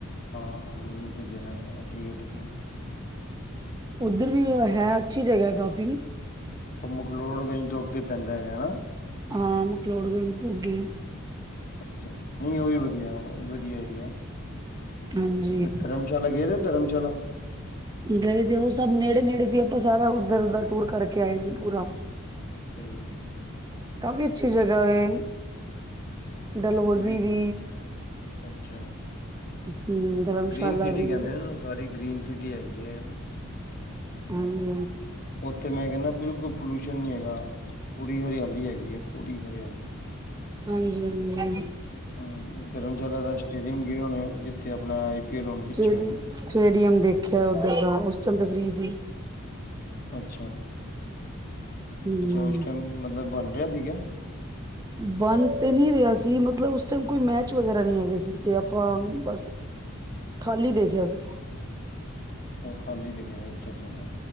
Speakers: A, on the left; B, on the right.
A: ਹਾਂ-ਹਾਂ, ਮਿੱਨੀ ਸਵਿਜ਼ਰਲੈਂਡ ਕਹਿੰਦੇ ਨੇ ਠੀਕ ਹੈ ਠੀਕ ਹੈ।
B: ਉੱਧਰ ਵੀ ਓ ਹੈ ਅੱਛੀ ਜਗ੍ਹਾ ਕਾਫ਼ੀ
A: ਉਹ ਮਕਲੋਡਗੰਜ ਤੋਂ ਅੱਗੇ ਪੈਂਦਾ ਹੈਗਾ ਨਾ।
B: ਹਾਂ ਮਕਲੋਡਗੰਜ ਤੋਂ ਅੱਗੇ
A: ਅੱਛਾ, ਨਈ ਉਹ ਵੀ ਵਧੀਆ, ਓ ਵਧੀਆ ਏਰੀਆ, ਧਰਮ
B: ਹਾਂਜੀ
A: ਧਰਮਸ਼ਾਲਾ ਗਏ ਦੇ ਓ ਧਰਮਸ਼ਾਲਾ
B: ਗਏ ਦੇ ਉਹ ਸਭ ਨੇੜੇ-ਨੇੜੇ ਸੀ ਉਥੋਂ ਸਾਰਾ ਉੱਧਰ ਦਾ ਟੂਰ ਕਰਕੇ ਆਏ ਸੀ। ਪੂਰਾ
A: ਹਮ ਅੱਛਾ ਜੀ।
B: ਕਾਫ਼ੀ ਅੱਛੀ ਜਗਾ ਐ। ਡਲਹੋਜ਼ੀ
A: ਪੂਰੀ
B: ਵੀ
A: ਅੱਛਾ
B: ਹਮ। ਧਰਮਸ਼ਾਲਾ
A: ਗ੍ਰੀਨ ਸਿਟੀ
B: ਵੀ।
A: ਕਹਿੰਦੇ ਨੇ ਸਾਰੀ ਗ੍ਰੀਨ ਸਿਟੀ ਹੈਗੀ ਹੈ।
B: ਹਾਂਜੀ।
A: ਉੱਥੇ ਮੈਂ ਕਹਿੰਦਾ ਬਿਲਕੁਲ ਪੋਲਿਊਸ਼ਨ ਨਹੀਂ ਹੈਗਾ। ਪੂਰੀ ਹਰਿਆਲੀ ਹੈਗੀ ਹੈ, ਪੂਰੀ ਹਰਿਆਲੀ।
B: ਹਾਂਜੀ, ਹਾਂਜੀ, ਹਾਂਜੀ।
A: ਹਮ ਧਰਮਸ਼ਾਲਾ ਦਾ ਸਟੇਡੀਅਮ ਗਿਆ ਹੋੁਣੇ ੳ ਜਿੱਥੇ ਆਪਣਾ ਆਈ ਪੀ ਐਲ ਹੁਣ
B: ਸਟੇ
A: ਪਿੱਛੇ ਹੋਏ ਨੇ
B: ਸਟੇਡੀਅਮ ਦੇਖਿਆ ਉੱਧਰ ਦਾ, ਉਸ ਟਾਈਮ ਤਾਂ ਫ੍ਰਰੀ ਸੀ।
A: ਅੱਛਾ-ਅੱਛਾ
B: ਹੂੰ
A: ਉਸ ਟਾਈਮ ਮਤਲਬ ਬਣ ਰਿਹਾ ਸੀਗਾ?
B: ਬਣ ਤੇ ਨਹੀਂ ਰਿਹਾ ਸੀ, ਮਤਲਬ ਉਸ ਟਾਈਮ ਕੋਈ ਮੈਚ ਵਗੈਰਾ ਨਹੀਂ ਹੈਗੇ ਸੀ ਤੇ ਆਪਾਂ ਬਸ ਖਾਲੀ ਦੇਖਿਆ ਸੀ।
A: ਖਾਲੀ ਦੇਖਿਆ ਸੀ ਅਛਾ-ਅੱਛਾ-ਅੱਛਾ,